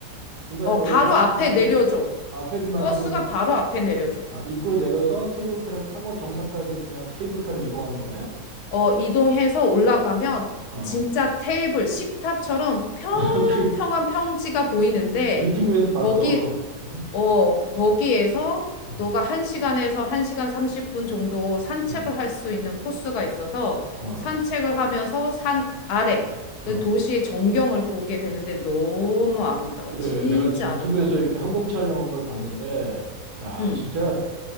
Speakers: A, on the right; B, on the left.
A: 중간에
B: 어,
A: 어디
B: 바로
A: 하차
B: 앞에
A: 지점에
B: 내려줘.
A: 내, 아, 테이블 마운틴
B: 버스가 바로 앞에 내려줘.
A: 아, 입구에 내려서 케이블카를 타고 정상까지 그냥 케이블카로 이동하는 거네?
B: 어, 이동해서 올라가면
A: 어.
B: 진짜 테이블, 식탁처럼 평평한
A: <laughs> 그
B: 평지가 보이는데,
A: 유튜브에서 봤어.
B: 거기
A: 응?
B: 어, 거기에서
A: 어,
B: 너가 1시간에서 1시간 30분 정도 산책을
A: 음,
B: 할 수 있는 코스가 있어서
A: 어,
B: 산책을 하면서 산 아래
A: 어.
B: 그 도시의 전경을 보게 되는데 너무 아름다워.
A: 그래.
B: 진짜
A: 내가 지금 유튜브에서
B: 아름다워.
A: 이렇게 항공 촬영한 걸 봤는데, 야,
B: 응.
A: 진짜,